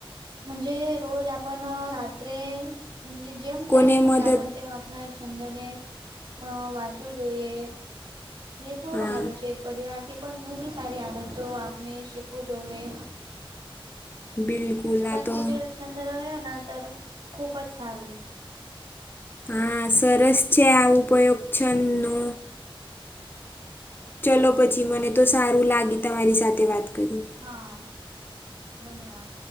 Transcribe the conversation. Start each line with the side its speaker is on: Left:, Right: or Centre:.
Right: જે રોજ આપણ રત્રેજે જીમ ટાઈમ
Left: કોને
Right: મુ
Left: મદદ
Right: આપણ તે આપણા છંદને વાંચવું જોઈએ ખૂબ
Left: હા
Right: સારું છે પરિવાર થી પણ ઘણી સારી આદતો આપણે શીખવું જોઈએ.
Left: બિલકુલ
Right: તથી
Left: તો
Right: જર છંદ રહ્યો ના તો ખૂબ જ સારું
Left: હા સરસ છે આ ઉપયોગ છંદનો ચલો પછી મને તો સારું લાગે તમારી સાથે વાત કરીને
Right: હા ધન્યવાદ